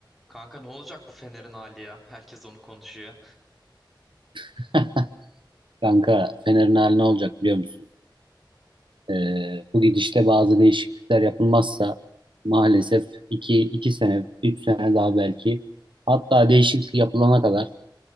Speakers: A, in the centre; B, on the right (about 80°).
A: Kanka ne olacak bu Fener'in hali ya? Herkes onu konuşuyor.
B: <laughs> Kanka Fener'in hali ne olacak biliyor musun? Ee, bu gidişte bazı değişiklikler yapılmazsa maalesef iki iki sene 3 sene daha belki hatta değişiklik yapılana kadar